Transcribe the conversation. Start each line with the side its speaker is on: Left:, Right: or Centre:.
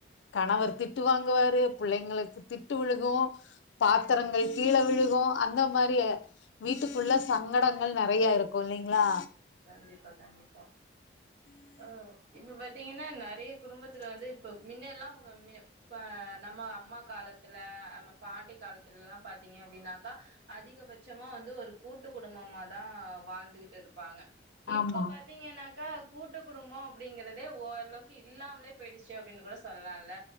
Left: கணவர்
Right: ம்
Left: திட்டு வாங்குவாரு புள்ளைங்குளுக்கு திட்டு விழுகூ பாத்துரங்கள்
Right: ம்
Left: கீழ விழுகூ அந்த மாரியே வீட்டுகுள்ள சங்கடங்கள் நெறையா இருக்கூ இல்லிங்களா
Right: கண்டிப்பா கண்டிப்பா ஆ இப்ப பாத்தீங்கன்னா நறய குடும்பத்துல வந்து இப்போ மின்னல்லா கம்மியந் இப்ப நம்ம அம்மா காலத்துல நம்ம பாட்டி கால்த்துல்லா பாத்தீங்க அப்டின்னாக்கா அதிகபட்சமா வந்து ஒரு கூட்டு குடும்பமாதா வாழ்ந்துகிட்டு இருப்பாங்க இப்ப
Left: ஆமா
Right: பாத் பாத்தீங்கனாக்கா கூட்டு குடும்போ அப்டிங்கிறதே ஓரளவுக்கு இல்லாம்லே போய்டுச்சி அப்டின்னு கூட சொல்லால்ல